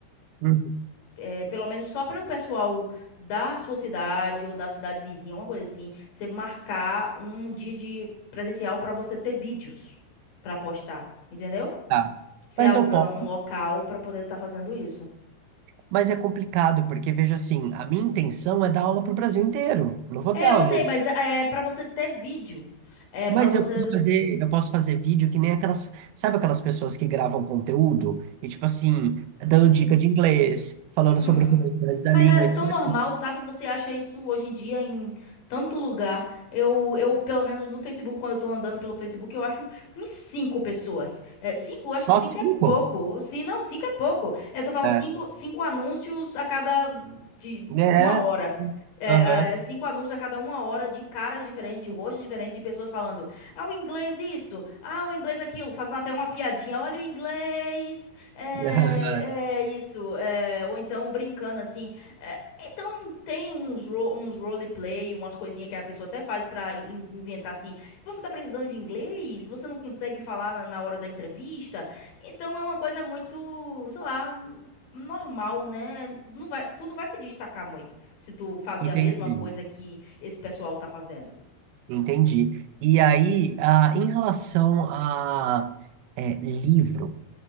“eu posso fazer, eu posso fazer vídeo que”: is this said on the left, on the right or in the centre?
Right